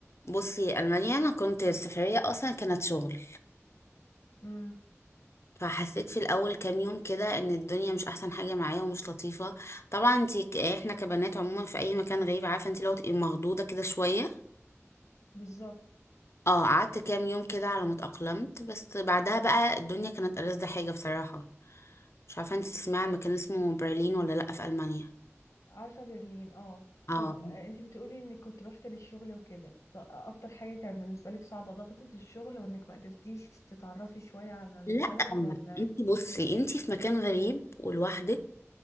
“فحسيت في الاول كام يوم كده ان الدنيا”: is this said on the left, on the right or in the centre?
Left